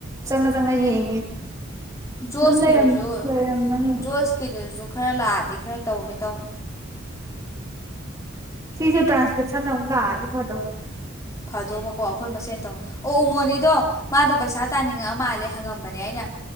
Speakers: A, on the right; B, on the left.
A: ꯆꯪꯉ ꯆꯪꯉ ꯌꯦꯡꯉꯦ
B: ꯖꯣꯁꯀꯤꯗꯨꯁꯨ
A: ꯑꯗꯨꯝ ꯂꯩꯔꯝ ꯂꯩꯔꯝꯃꯅꯤ
B: ꯖꯣꯁꯀꯤꯗꯨꯁꯨ ꯈꯔ ꯂꯥꯛꯑꯗꯤ ꯈꯔ ꯇꯧꯒꯦ ꯇꯧꯝ
A: ꯁꯤꯁꯨ ꯇ꯭ꯔꯥꯟꯁꯀ꯭ꯔꯤꯞꯁꯟ ꯑꯃꯨꯛ ꯂꯥꯛꯑꯗꯤ ꯐꯗꯧꯕ
B: ꯐꯗꯧꯕꯀꯣ ꯑꯩꯈꯣꯏ ꯃꯁꯦꯟ ꯇꯧꯅ ꯑꯣ ꯎꯃꯣꯅꯤꯗꯣ ꯃꯥꯗꯣ ꯄꯩꯁꯥ ꯇꯥꯅꯤꯡꯉꯛꯑ ꯃꯥꯜꯂꯦ ꯍꯪꯉꯝꯕꯅꯦ ꯑꯩꯅ